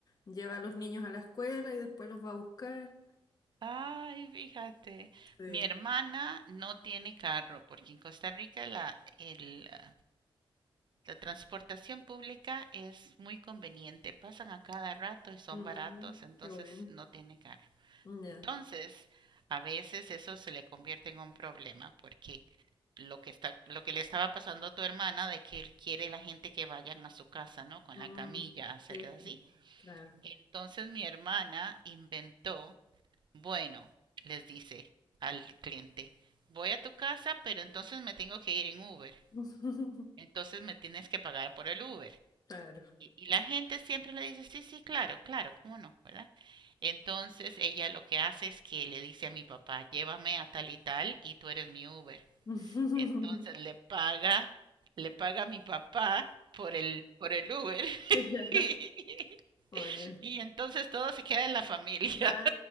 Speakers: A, on the left; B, on the right.
A: lleva a los niños a la escuela y después los va a buscar.
B: Ay, fíjate.
A: Sí.
B: Mi hermana no tiene carro porque en Costa Rica la, el, ah, la transportación pública es muy conveniente. Pasan a cada rato y son
A: Mm,
B: baratos, entonces
A: qué bueno.
B: no tiene carro.
A: Ya.
B: Entonces, a veces eso se le convierte en un problema porque lo que está, lo que le estaba pasando a tu hermana de que él quiere la gente que vayan a su casa, ¿no? Con
A: Mm,
B: la camilla, hacerles
A: sí,
B: así.
A: pues, claro.
B: Entonces mi hermana inventó, bueno, les dice al cliente, voy a tu casa, pero entonces me tengo que ir en Uber.
A: <laughs>
B: Entonces me tienes que pagar por el Uber.
A: Claro.
B: Y, y la gente siempre le dice, sí, sí, claro, claro, ¿cómo no? ¿Verdad? Entonces ella lo que hace es que le dice a mi papá, llévame a tal y tal y tú eres mi Uber.
A: <laughs>
B: Entonces le paga, le paga a mi papá por el, por el Uber <laughs>
A: Ya. Bueno,
B: y entonces todo se queda en la familia
A: claro.